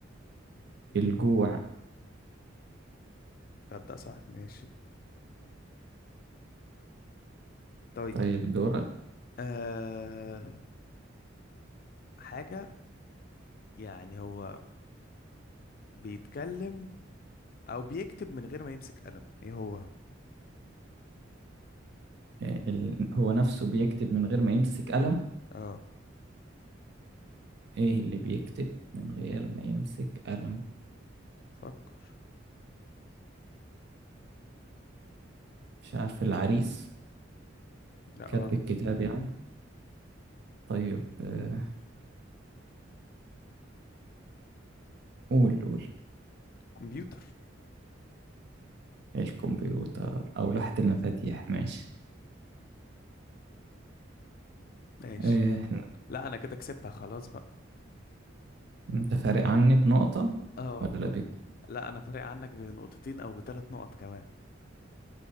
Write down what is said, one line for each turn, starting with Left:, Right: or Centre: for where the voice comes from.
Right: الجوع
Left: تصدق صح ماشي طيب
Right: طيب دورك
Left: أه حاجة يعني هو بيتكلم أو بيكتب من غير ما يمسك قلم إيه هو
Right: إيه ال... هو نفسه بيكتب من غير ما يمسك قلم
Left: أه
Right: ايه اللي بيكتب من غير ما يمسك قلم
Left: فكر
Right: مش عارف العريس
Left: لا
Right: كاتب
Left: غلط
Right: الكتاب يعني طيب آه، قول قول
Left: كمبيوتر
Right: الكمبيوتر أو لوحة المفاتيح ماشي
Left: ماشي
Right: إيه، إحنا-
Left: لا أنا كده كسبتها خلاص بقى
Right: أنت فارق عني بنقطة
Left: أه
Right: ولا بك
Left: لا أنا فارق عنك بنقطتين أو بثلاث نقط كمان